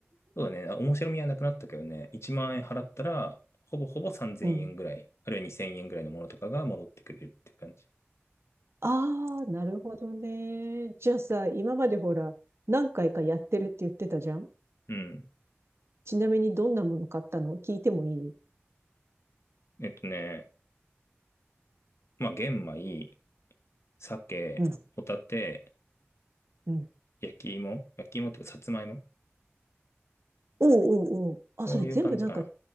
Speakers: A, on the left; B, on the right.
A: そうだね。あ面白みはなくなったけどね。1万円払ったら、ほぼほぼ3000円ぐらい、
B: うん。
A: あるいは2000円ぐらいのものとかが戻ってくれるって感じ。
B: ああ、なるほどね。じゃあさ、今までほら、何回かやってるって言ってたじゃん
A: うん。
B: ちなみにどんなもの買ったの聞いてもいい
A: えっとね、まあ、玄米、鮭、
B: うん、
A: ホタテ、
B: うん。
A: 焼き芋、焼き芋っていうか、さつまいも。
B: おうおうおう。あ、
A: そういう感じかな。
B: それ全部なんか